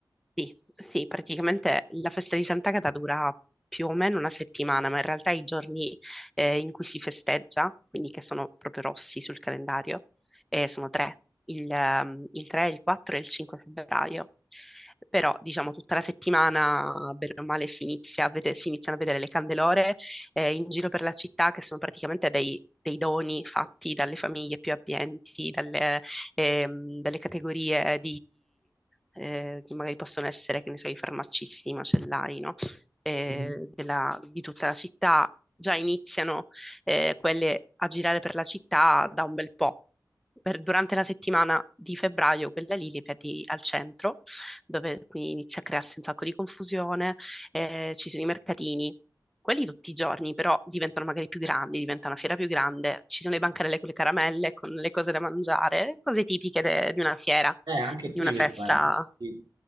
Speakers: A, in the centre; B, on the right.
A: Sì, sì, praticamente la festa di Sant'Agata dura più o meno una settimana, ma in realtà i giorni eh, in cui si festeggia, quindi che sono proprio rossi sul calendario, eh, sono tre, il, ehm, il 3, il 4 e il 5 febbraio. Però, diciamo, tutta la settimana, bene o male, si inizia a vede- si iniziano a vedere le candelore eh, in giro per la città, che sono praticamente dei, dei doni fatti dalle famiglie più abbienti, dalle, ehm, dalle categorie eh, che magari possono essere, che ne so, i farmacisti, i macellai, no? Eh,
B: Mm.
A: della- di tutta la città, già iniziano eh, quelle a girare per la città da un bel po'. Per- durante la settimana di febbraio, quella lì li vedi al centro, dove quindi inizia a crearsi un sacco di confusione, eh, ci sono i mercatini. Quelli tutti i giorni, però diventano magari più grandi, diventa una fiera più grande. Ci sono le bancarelle con le caramelle, con le cose da mangiare, cose tipiche de- di una fiera
B: Eh, anche
A: di
B: qui
A: una
B: vedi
A: festa.
B: quanti. Sì.